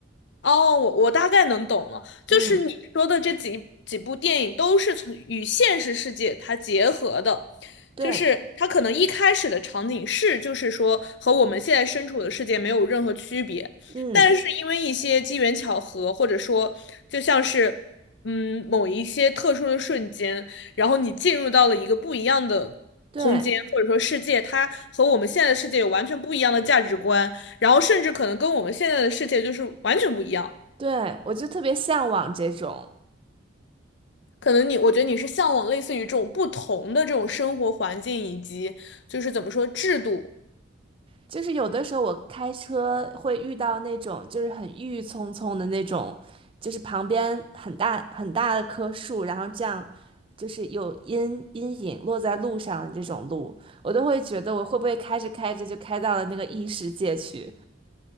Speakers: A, on the left; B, on the right.
A: 哦，我我大概能懂了，就是你说的这几几部电影都是从与现实世界它结合的，
B: <laughs> 嗯，对，
A: 就是它可能一开始的场景是就是说和我们现在身处的世界没有任何区别，
B: 嗯，
A: 但是因为一些机缘巧合，或者说就像是嗯某一些特殊的瞬间，然后你进入到了一个不一样的。
B: 对
A: 空间或者说世界，它和我们现在的世界有完全不一样的价值观，然后甚至可能跟我们现在的世界就是完全不一样。
B: 对，我就特别向往这种。
A: 可能你，我觉得你是向往类似于这种不同的这种生活环境以及就是怎么说制度。
B: 就是有的时候我开车会遇到那种就是很郁郁葱葱的那种，就是旁边很大很大的棵树，然后这样就是有阴阴影落在路上的这种路，我都会觉得我会不会开着开着就开到了那个异世界去，